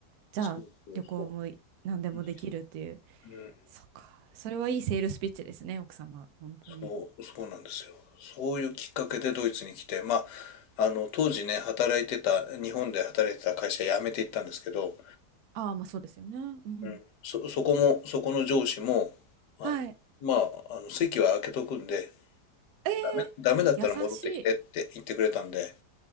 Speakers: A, on the right; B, on the left.
A: じゃあ旅行もい何でもできるっていう。
B: そうそうそう。にうん、
A: そっか。それはいいセールスピッチですね、奥様。本当に。
B: そう、そうなんですよ。そういうきっかけでドイツに来て、まあ、あの、当時ね、働いてた、日本で働いてた会社辞めていったんですけど、
A: ああ、まあそうですよね。うん。
B: うん、そ、そこも、そこの上司も、あの、
A: はい。
B: まあ、あの、席は空けとくんで、
A: えー、
B: ダメ、ダメだったら戻ってきてって言ってくれたんで、
A: 優しい。